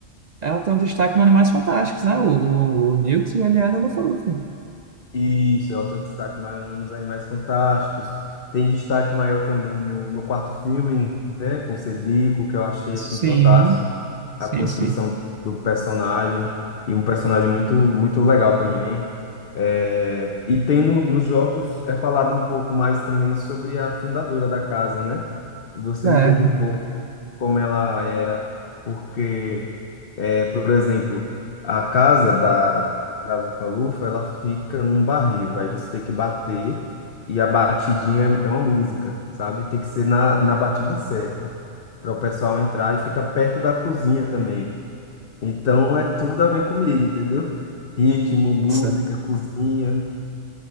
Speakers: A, on the right; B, on the left.
A: ela tem um destaque nos Animais Fantásticos, né? O, o, o Newt, ele é da Lufa-Lufa.
B: Isso, ela tem um destaque maior nos Animais Fantásticos. Tem destaque maior também no, no quarto filme, né, com o Cedrico, que eu achei
A: Sim,
B: assim fantástico.
A: sim,
B: A construção
A: sim.
B: do personagem e um personagem muito muito legal também. É, e tem no, nos jogos é falado um pouco mais também sobre a fundadora da casa, né? E você
A: É,
B: entende
A: cara.
B: um pouco de como ela era, porque, é, por exemplo, a casa da da lufa-lufa, ela fica num barril. Aí você tem que bater e a batidinha é é uma música, sabe? Tem que ser na, na batida certa para o pessoal entrar e fica perto da cozinha também. Então é tudo a ver comigo, entendeu? Ritmo, música,
A: Isso é
B: cozinha.